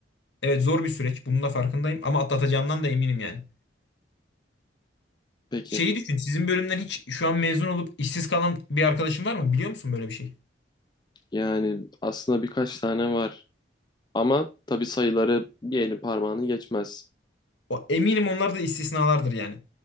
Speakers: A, on the left (about 75°); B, on the left (about 25°).
A: Evet zor bir süreç. Bunun da farkındayım ama atlatacağından da eminim yani.
B: Peki,
A: Şeyi düşün. Sizin bölümden hiç şu an mezun olup işsiz kalan bir arkadaşın var mı? Biliyor musun böyle bir şey?
B: yani aslında birkaç tane var ama tabii sayıları bir elin parmağını geçmez.
A: O, eminim onlar da istisnalardır yani.